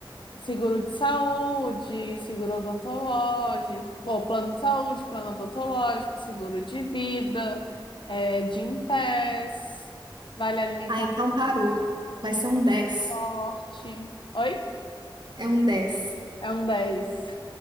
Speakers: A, on the left; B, on the right.
A: seguro de saúde, seguro odontológico, ou plano de saúde, plano odontológico, seguro de vida, é, de Gympass, vale alimentar
B: Ah, então parou. Vai ser um 10.
A: forte. Oi?
B: É um 10.
A: É um dez.